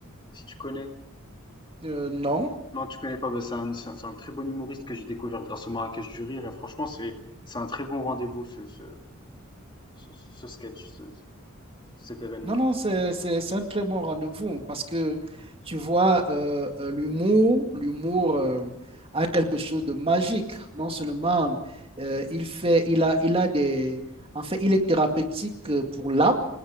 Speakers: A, on the left; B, on the right.
A: si tu connais?
B: euh, non,
A: Non, tu connais pas, bah, c'est un, c'est un- c'est un très bon humoriste que j'ai découvert grâce au Marrakech du Rire et franchement, c'est, c'est un très bon rendez-vous ce, ce, ce, ce sketch, ce- cet événement.
B: Non, non, c'est, c'est, c'est un très bon rendez-vous parce que tu vois, euh, euh, l'humour, l'humour euh, a quelque chose de magique. Non seulement euh, il fait, il a, il a des, en fait, il est thérapeutique euh, pour l'âme,